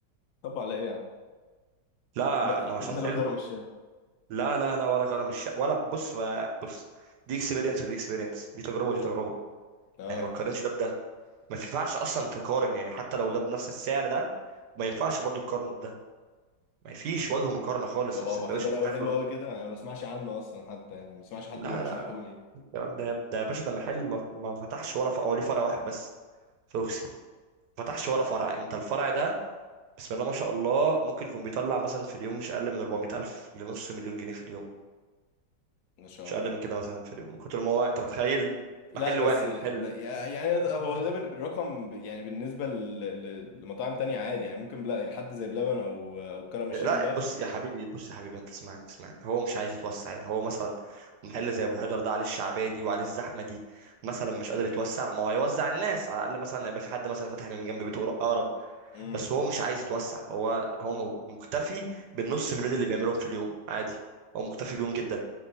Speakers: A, on the left; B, on the right.
A: طب على ايه يا عم
B: لا
A: ما- <laughs>
B: ما هو عشان
A: ماله
B: حلو
A: كرم الشام
B: لا لا لا ولا كرم الشام ولا بص بقى- بص دي اكسبيرينس ودي اكسبيرينس دي تجربه ودي تجربه
A: اه
B: يعني ما تقارنش ده بده ما ينفعش اصلا تقارن يعني حتى لو ده بنفس السعر ده ما ينفعش برضو تقارنه بده ما فيش وجه مقارنه خالص
A: هو
B: السندوتش
A: ابو حيدر
B: انت
A: قوي
B: تاكله
A: حلو قوي كده انا ما بسمعش عنه اصلا حتى يعني ما بسمعش حد
B: لا
A: بيرشحه
B: لا لا
A: لي
B: الكلام ده ده يا باشا ده محل ما ما فتحش ولا فرع وليه فرع واحد بس في روكسي ما فتحش ولا فرع انت الفرع ده بسم الله ما شاء الله ممكن يكون بيطلع مثلا في اليوم مش اقل من 400 الف لنص مليون جنيه في اليوم
A: ما شاء
B: مش
A: الله
B: اقل من كده مثلا في اليوم من كتر ما هو انت متخيل
A: لا
B: محل واحد
A: بس ب-
B: محل
A: يعني ده- هو ده بال- رقم ب- يعني بالنسبه ل- ل- لمطاعم تانية عادي يعني ممكن بلا حد زي بلبن او او كرم الشام
B: لا
A: ده
B: بص يا حبيبي بص يا حبيبي انت اسمعني اسمعني هو مش عايز يتوسع يعني هو مثلا محل زي ابو حيدر ده عليه الشعبيه دي وعليه الزحمه دي مثلا مش قادر يتوسع ما هو هيوزع الناس على الاقل مثلا هيبقى في حد مثلا فاتح من جنب بيته اقرب
A: امم
B: بس هو مش عايز يتوسع هو هو م- مكتفي بالنص مليون اللي بيعملهم في اليوم عادي هو مكتفي بيهم جدا